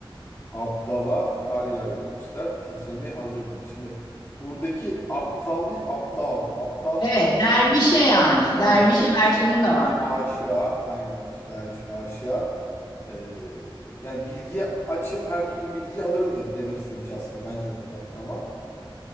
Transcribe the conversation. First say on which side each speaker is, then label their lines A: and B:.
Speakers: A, on the left; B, on the left.
A: Abdala kar yağıyor demişler. Titremeye hazırım demiş. Şimdi buradaki aptal değil aptal. Aptal
B: Evet.
A: a-
B: Dervişe yani.
A: yani
B: Dervişe
A: dervişe
B: versiyonu da var bunun.
A: aşığa. Aynen öyle işte derviş aşığa. Ee, yani bilgiye açım her türlü bilgiyi alırım dem demek istemiş aslında bence burada. Ama